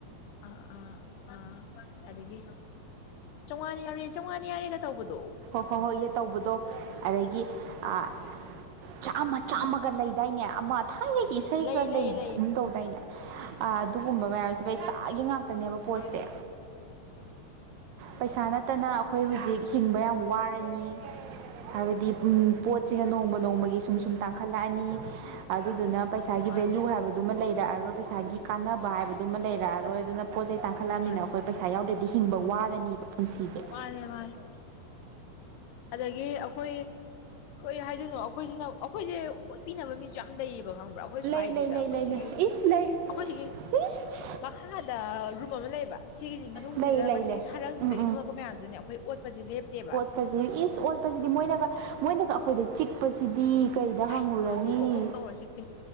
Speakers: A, on the left; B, on the right.
A: ꯑꯥ ꯑꯥ ꯑꯥ ꯑꯗꯒꯤ ꯆꯧꯉꯥꯅ ꯌꯥꯔꯦ ꯆꯧꯉꯥꯅ ꯌꯥꯔꯦꯒ ꯇꯧꯕꯗꯣ
B: ꯍꯣꯏ ꯍꯣꯏ ꯍꯣꯏ ꯏ ꯇꯧꯕꯗꯣ ꯑꯗꯒꯤ ꯑꯥ
A: ꯍꯣꯏ
B: ꯆꯥꯝꯃ ꯆꯥꯝꯃꯒ ꯂꯩꯗꯥꯏꯅꯦ ꯑꯃ ꯊꯥꯏꯅꯒꯤ ꯏꯁꯩꯒ
A: ꯂꯩ ꯂꯩ
B: ꯂꯩꯒꯨꯝ
A: ꯂꯩ
B: ꯇꯧꯗꯥꯏꯅꯦ ꯑꯗꯨꯒꯨꯝꯕ ꯃꯌꯥꯝꯁꯦ ꯄꯩꯁꯥꯒꯤ ꯉꯥꯛ ꯇꯅꯦꯕ
A: ꯃꯥꯅꯦ
B: ꯄꯣꯠꯁꯦ ꯄꯩꯁꯥ ꯅꯠꯇꯅ ꯑꯈꯣꯏ ꯍꯨꯖꯤꯛ ꯍꯤꯡꯕ ꯌꯥꯝ ꯋꯥꯔꯅꯤ ꯍꯥꯏꯕꯗꯤ ꯎꯝ ꯄꯣꯠꯁꯤꯅ ꯅꯣꯡꯃ ꯅꯣꯡꯃꯒꯤ ꯁꯨꯝ ꯁꯨꯝ ꯇꯥꯡ ꯈꯜꯂꯛꯑꯅꯤ ꯑꯗꯨꯗꯨꯅ ꯄꯩꯁꯥꯒꯤ
A: ꯃꯥꯅꯦ
B: ꯚꯦꯂꯨ ꯍꯥꯏꯕꯗꯨꯃ ꯂꯩꯔꯛꯑꯔꯣꯏ ꯄꯩꯁꯥꯒꯤ ꯀꯥꯟꯅꯕ ꯍꯥꯏꯕꯗꯨꯃ ꯂꯩꯔꯛꯑꯔꯣꯏ ꯑꯗꯨꯅ ꯄꯣꯠ ꯆꯩ ꯇꯥꯡꯈꯠꯂꯝꯅꯤꯅ
A: ꯃꯥꯅꯦ
B: ꯑꯩꯈꯣꯏ ꯄꯩꯁꯥ ꯌꯥꯎꯗ꯭ꯔꯗꯤ ꯍꯤꯡꯕ ꯋꯥꯔꯅꯤꯕ ꯄꯨꯟꯁꯤꯁꯦ꯫
A: ꯃꯥꯅꯦ ꯃꯥꯅꯦ ꯑꯗꯒꯤ ꯑꯈꯣꯏ ꯀꯩ ꯍꯥꯏꯗꯣꯏꯅꯣ ꯑꯈꯣꯏꯖꯤꯅ ꯑꯩꯈꯣꯏꯖꯦ ꯑꯣꯠꯄꯤꯅꯕ ꯃꯤꯁ ꯌꯥꯝ ꯂꯩꯩꯌꯦꯕ ꯈꯪꯕ꯭ꯔꯥ ꯑꯈꯣꯏ ꯁ꯭ꯋꯥꯏꯖꯤꯗ
B: ꯂꯩ ꯂꯩ ꯂꯩ
A: ꯑꯈꯣꯏ
B: ꯂꯩ
A: ꯁꯤꯒꯤ
B: ꯂꯩ ꯏꯁ ꯂꯩ
A: ꯑꯈꯣꯏ ꯁꯤꯒꯤ
B: ꯏꯁ
A: ꯃꯈꯥꯗ ꯔꯨꯞ ꯑꯃ ꯂꯩꯌꯦꯕ ꯁꯤꯒꯤꯖꯤ ꯃꯅꯨꯡꯖꯤꯗ
B: ꯂꯩ ꯂꯩ
A: ꯃꯁꯤꯒꯤ
B: ꯂꯩ
A: ꯁꯔꯪꯖꯤꯗꯒꯤ
B: ꯎꯝ
A: ꯊꯣꯛꯂꯛꯄ ꯃꯌꯥꯝꯁꯤꯅ ꯑꯈꯣꯏ ꯑꯣꯠꯄꯁꯤ ꯂꯦꯞꯇꯦꯕ꯫
B: ꯄꯖꯤ ꯏꯁ ꯑꯣꯠꯄꯖꯤꯗꯤ ꯃꯣꯏꯅꯒ ꯃꯣꯏꯅꯒ ꯑꯈꯣꯏꯗ ꯆꯤꯛꯄꯖꯤꯗꯤ ꯀꯩꯗ
A: ꯍꯥꯏ
B: ꯍꯪꯉꯨꯔꯅꯤ
A: ꯒꯧ ꯒꯧ ꯒꯧ ꯒꯧ ꯇꯧꯔ ꯆꯤꯛꯄꯤꯅꯤ